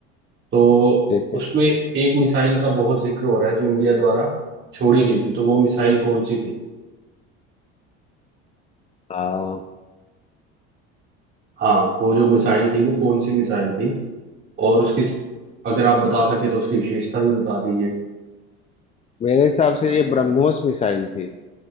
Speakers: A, on the right; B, on the left.
A: तो
B: ठीक
A: उसमें
B: है
A: एक मिसाइल का बहुत जिक्र हो रहा है जो इंडिया द्वारा छोड़ी गई थी तो वो मिसाइल कौन सी थी
B: हाँ
A: हाँ वो जो मिसाइल थी वो कौन सी मिसाइल थी और उसकी अगर आप बता सके तो उसकी विशेषता भी बता दीजिए
B: मेरे हिसाब से ये ब्रह्मोस मिसाइल थी